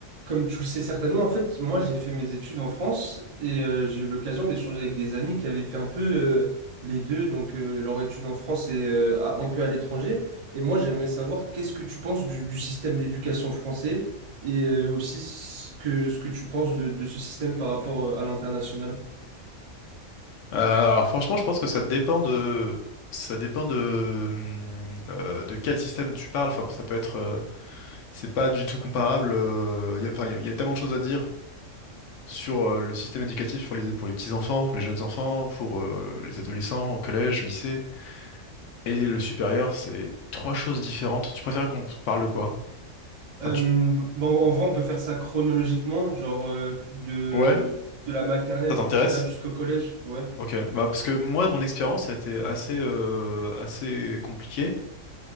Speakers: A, on the right (about 45°); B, on the left (about 70°).
A: Comme tu le sais certainement, en fait, moi j'ai fait mes études en France et euh, j'ai eu l'occasion d'échanger avec des amis qui avaient fait un peu euh, les deux, donc euh, leur étude en France et euh, à- un peu à l'étranger. Et moi j'aimerais savoir qu'est-ce que tu penses du, du système d'éducation français et euh, aussi ce que, ce que tu penses de, de ce système par rapport euh, à l'international.
B: Euh, alors franchement, je pense que ça dépend de ça dépend de hum, euh, de quel système tu parles. Enfin, ça peut être euh, c'est pas du tout comparable. euh, y a- Enfin, il y, a y a tellement de choses à dire sur euh, le système éducatif pour les pour les petits enfants, pour les jeunes enfants, pour euh, les adolescents au collège, lycée et le supérieur. C'est trois choses différentes. Tu préfères qu'on parle de quoi? Enfin,
A: Euh,
B: tu-
A: bon, en vrai, on peut faire ça chronologiquement, genre euh, de,
B: Ouais,
A: de la maternelle
B: ça t'intéresse?
A: j- déjà jusqu'au collège, ouais.
B: Ok, bah parce que moi, mon expérience a été assez euh, assez compliquée.